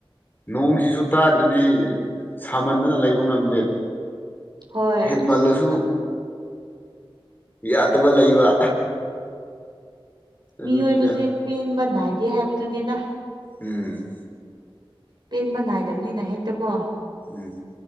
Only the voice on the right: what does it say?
ꯍꯣꯏ
ꯑꯁ ꯈꯪ
ꯃꯤꯑꯣꯏꯕꯁꯦ ꯄꯦꯟꯕ ꯅꯥꯏꯗꯦ ꯍꯥꯏꯕꯗꯨꯅꯤꯗ
ꯄꯦꯟꯕ ꯅꯥꯏꯗꯕꯅꯤꯅ ꯍꯦꯛꯇ ꯀꯣ